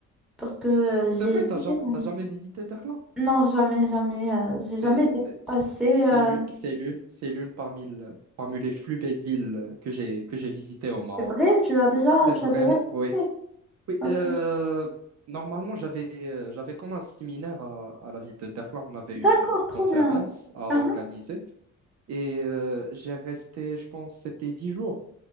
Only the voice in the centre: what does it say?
parce que euh, j'ai
jamais...
Non, jamais, jamais. euh, j'ai jamais
dépassé.
euh,
C'est vrai, tu l'as déjà,
tu
l'as déjà visité.
Ok.
D'accord,
trop
bien.
Uhum.